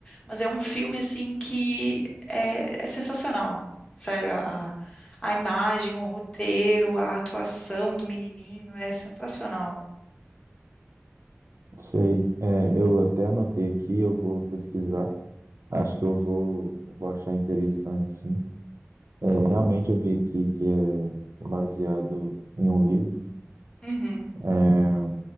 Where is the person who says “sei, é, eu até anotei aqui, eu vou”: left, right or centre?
Right